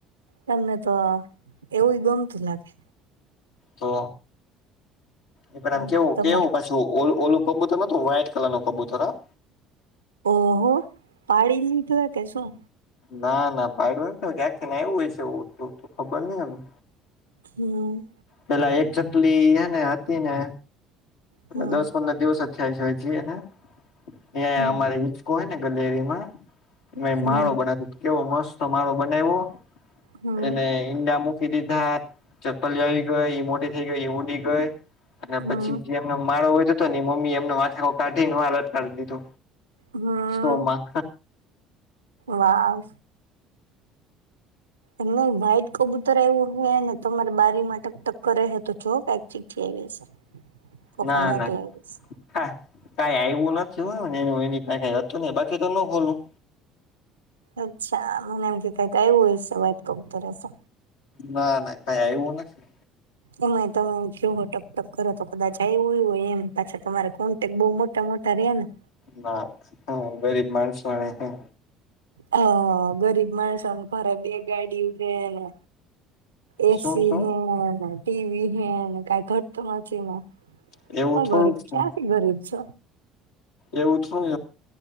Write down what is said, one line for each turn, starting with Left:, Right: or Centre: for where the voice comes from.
Right: તમને તો એવું ગમતું લાગે.
Left: તો એ પણ
Right: હમ
Left: આમ કેવું
Right: તમારે
Left: કેવું પછી જો ઓ ઓલું કબૂતર ન તો વ્હાઈટ કલર નું કબૂતર હા.
Right: ઓ હો પાડી લીધું કે શું.
Left: ના ના પાાયડું ન થી ક્યાંકથી ને એવું હોય છે ઉડતું ઉડતું ખબર નહીં આવે.
Right: હમ્મ.
Left: પેલા એક ચટલી હ ને હતી ને
Right: હમ
Left: દસ પંદર દિવસ જ થાય છે જીએ ને તં
Right: હમ
Left: અમારે હોને ગલેરીમાં
Right: હમ
Left: માળો બનાવ કેવો મસ્ત માળો બનાવો
Right: હમ
Left: એને ઈંડા મૂકી દીધા ચપ્પલી આવી ગઈ એ મોટી થઇ ગઈ એ ઉડી ગઈ. અને
Right: હમ
Left: પછી જે એમનો માળો હોય તો હતો ને મમ્મી એમને માથા કાઢીને હાલત કાઢી દીધો
Right: હમ્મ
Left: શોમાં
Right: વાાવ એમને વ્હાઈટ કબૂતર આવું હોય ને તમારી બારી માટે ટક્કર રહે તો જો પક ચીક થી આવી હશે. કોકે
Left: ના
Right: મોકલાવી
Left: ના
Right: હશે
Left: હા કઈ આવું નથી હોય ને એ એ ક કઈ હતું ને બાકી તો ન ખોલું.
Right: અચ્છા મને એમ કે કક આવું હોય સ વાત ક તોસો
Left: ના ના કઈ આવું નથી.
Right: એમાં તમે જોવો ટકટક કરો તો કદાચ આવું હોય, એમ પાછા તમારે કોન્ટેક બહુ મોટા મોટા તરે્યા
Left: ના હ ગરીબ માણસો મળ
Right: હ ગરીબ માણસોને ખરે બે ગાડી ઉ છેને. એસી
Left: શું શું
Right: હે ટીવી હે કઈ ઘટતોું નથી.
Left: એવું
Right: હું
Left: થોડુંક
Right: ગરીબ
Left: છે.
Right: ક્યાંથી ગરીબ છ.
Left: એવું શું